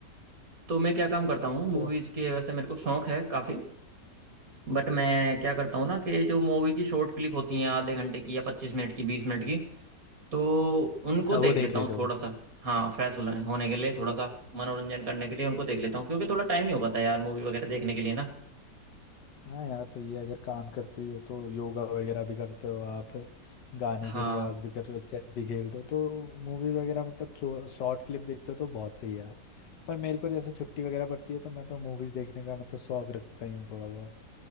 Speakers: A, on the right; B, on the left.
A: तो मैं क्या काम करता हूँ
B: अच्छा
A: मूवीज के वैसे मेरे को शौक है काफी बट मैं क्या करता हूँ ना कि जो मूवी की शॉर्ट क्लिप होती हैं आधे घंटे की या पच्चीस मिनट की बीस मिनट की तो उनको
B: अच्छा
A: देख
B: वो देख
A: लेता
B: लेते
A: हूँ
B: हो
A: थोड़ा
B: मतलब
A: सा हाँ फ्रेश होने होने के लिए थोड़ा सा मनोरंजन करने के लिए उनको देख लेता हूँ क्योंकि थोड़ा टाइम नहीं हो पाता यार मूवी वगैरह देखने के लिए ना
B: हाँ यार सही है अगर काम करते हो तो योगा वगैरह भी करते हो आप गाने
A: हाँ
B: के रियाज भी कर रहे हो चेस भी खेलते हो तो मूवीज वगैरह मतलब शॉर्ट क्लिप देखते हो तो बहुत सही है यार पर मेरे को जैसे छुट्टी वगैरह पड़ती है तो मैं तो मूवीज देखने का मतलब शौक रखता ही हूँ थोड़ा बहुत